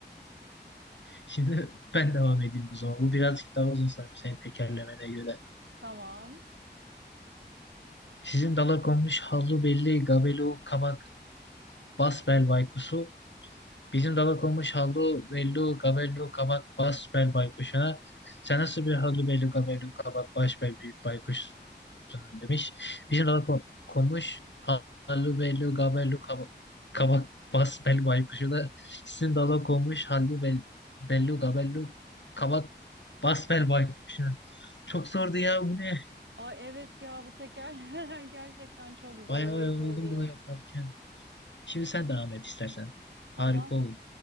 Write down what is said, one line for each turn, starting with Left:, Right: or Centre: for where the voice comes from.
Left: Şimdi <laughs> ben devam edeyim o zaman. Bu birazcık daha uzun sanırım senin tekerlemene göre.
Right: Tamam.
Left: Sizin dala konmuş hallu belli gabelu kabak basbel baykusu Bizim dala konmuş hallu bellu gabellu kabat bas bel baykuşuna. Sen nasıl bir hallu bellu gabellu kabat baş bel büyük baykuşsun demiş. Bizim dala kon- konmuş hallu bellu gabellu kaba- kabak bas bel baykuşuna. Sizin dala konmuş hallu bel, bellu gabellu kabak bas bel baykuşuna. Çok zordu ya bu ne?
Right: Ay evet ya bu tekerlemeler <laughs> gerçekten çok zorlayıcı
Left: Bayağı yoruldum
Right: oluyor.
Left: bunu yaparken. Şimdi sen devam et istersen.
Right: Tamam.
Left: Harika olur.